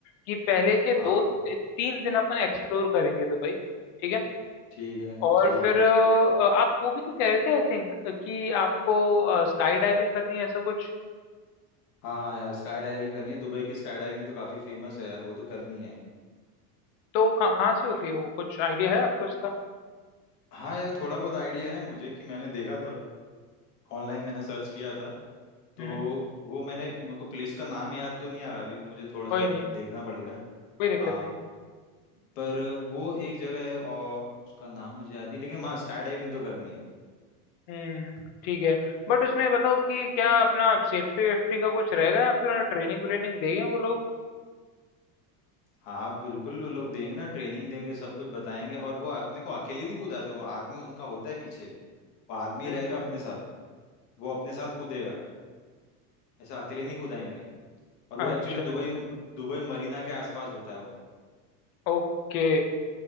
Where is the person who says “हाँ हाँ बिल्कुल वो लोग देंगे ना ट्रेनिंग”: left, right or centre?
Left